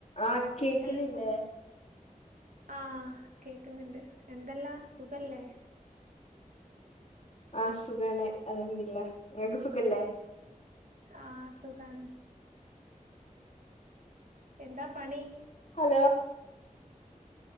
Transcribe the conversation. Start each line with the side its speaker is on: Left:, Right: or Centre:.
Left: ആഹ് കേക്കണില്ലേ
Right: hello ആഹ് കേക്ക്ന്ന്ണ്ട് എന്തെല്ലാ സുഖല്ലേ?
Left: ആഹ് സുഖാണ് അൽഹംദുലില്ലാ ഇങ്ങക്ക് സുഖല്ലേ?
Right: ആഹ് സുഖാണ് എന്താ പണി?
Left: ഹലോ